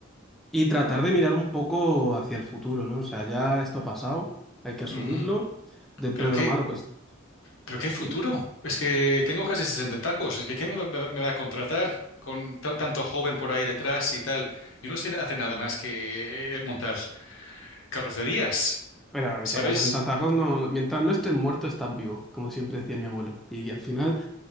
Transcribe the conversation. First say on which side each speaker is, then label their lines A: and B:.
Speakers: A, in the centre; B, on the left.
A: Y tratar de mirar un poco hacia el futuro, ¿no? O sea, ya esto ha pasado, hay que asumirlo.
B: ujú.
A: Dentro
B: Pero
A: de
B: qué,
A: lo malo, pues,
B: ¿Pero qué futuro?
A: ¿Mm?
B: Es que tengo casi 60 tacos. Es que ¿quién me va, me va- a contratar con tan- tanto joven por ahí detrás y tal? Yo no sé hacer nada más que eh, montar carrocerías,
A: pero que
B: ¿sabes?
A: tengas 60 tacos, no, mientras no estés muerto, estás vivo, como siempre decía mi abuelo. Y, al final,